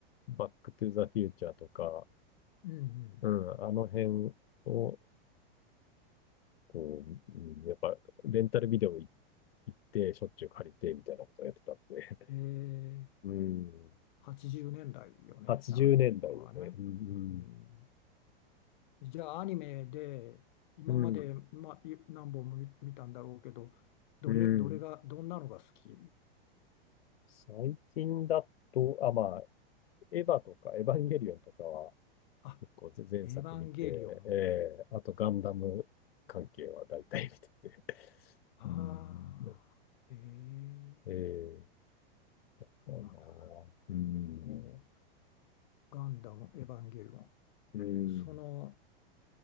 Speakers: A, on the left; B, on the left.
A: バックトゥザフューチャーとか、
B: うん
A: うん、あの辺を、こう、うん、やっぱ、レンタルビデオい行って、しょっちゅう借りて、みたいなことをやってたんで。
B: えー、
A: うん。
B: 80年代よね、
A: 80年代でね。
B: あの頃はね。
A: うん、
B: うん、じゃあ、アニメで今まで、
A: うん。
B: ま、い何本も見見たんだろうけど、どれ、
A: うん、
B: どれが、
A: うん。
B: どんなのが好き
A: 最近だと、あ、まあ、エヴァとか、エヴァンゲリオンとかは、
B: あ、
A: こうぜ前作見て、
B: エヴァンゲリオン。
A: えー、あとガンダム関係は大体見てて。<laughs>
B: ああ、
A: うーん、
B: ええ、
A: えー、
B: そうなんだ。
A: かなうーん、
B: おー、ガンダム、エヴァンゲリオン。
A: うん、
B: その、